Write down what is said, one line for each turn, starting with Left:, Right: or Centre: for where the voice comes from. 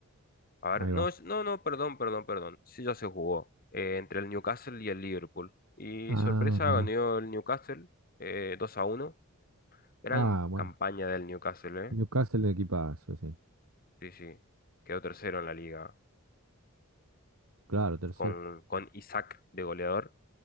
Left: A ver,
Right: Ahí
Left: no,
Right: va.
Left: es- no, no, perdón, perdón, perdón. Sí, ya se jugó eh, entre el Newcastle y el Liverpool. Y
Right: Ah,
Left: sorpresa,
Right: mirá.
Left: ganó el Newcastle eh, 2 a uno. Gran
Right: Ah, bueno.
Left: campaña del Newcastle, ¿eh?
Right: Newcastle de equipazo, sí.
Left: Sí, sí. Quedó tercero en la liga
Right: Claro, tercero.
Left: con, con Isaac de goleador